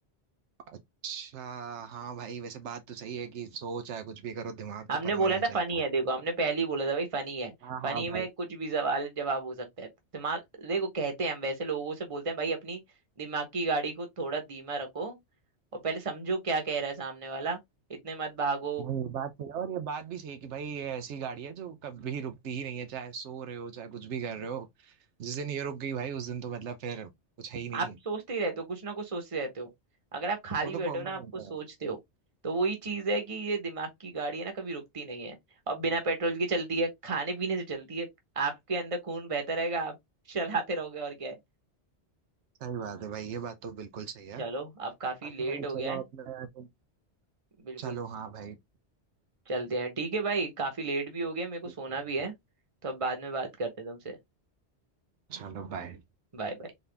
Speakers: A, on the right (about 80°); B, on the right (about 30°).
A: अच्छा हाँ भाई वैसे बात तो सही है कि सोच है कुछ भी करो दिमाग
B: हमने
A: तो परमानेंट
B: बोला था
A: चलता
B: फनी
A: है
B: है देखो हमने पहले ही बोला था भाई फनी है
A: हाँ
B: फनी
A: हाँ भाई
B: में कुछ भी सवाल जवाब हो सकता है दिमाग देखो कहते हैं हम वैसे लोगों से बोलते हैं भाई अपनी दिमाग की गाड़ी को थोड़ा धीमा रखो और पहले समझो क्या कह रहा है सामने वाला इतने मत भागो
A: नहीं ये बात सही है और ये बात भी सही है कि भाई ये ऐसी गाड़ी है जो कभी रुकती ही नहीं है चाहे सो रहे हो चाहे कुछ भी कर रहे हो जिस दिन ये रुक गई भाई उस दिन तो मतलब फिर कुछ है ही नहीं
B: आप सोचते ही रहते हो कुछ ना कुछ सोचते रहते हो अगर आप खाली
A: वो तो
B: बैठे
A: परमानेंट
B: हो ना आपको
A: है
B: सोचते हो तो वही चीज है कि ये दिमाग की गाड़ी है ना कभी रुकती नहीं है और बिना पेट्रोल के चलती है खाने पीने से चलती है आपके अंदर खून बहता रहेगा आप <laughs> चलाते रहोगे और क्या है
A: सही बात है भाई ये बात तो बिल्कुल सही है
B: चलो अब काफी
A: अच्छा
B: लेट
A: भाई
B: हो गया
A: चलो
B: है
A: अपने तुम
B: बिल्कुल
A: चलो हाँ भाई
B: चलते हैं ठीक है भाई काफी लेट भी हो गया मेरे को
A: ठीक
B: सोना भी है तो अब बाद में बात करते हैं तुमसे
A: चलो बाय
B: Bye bye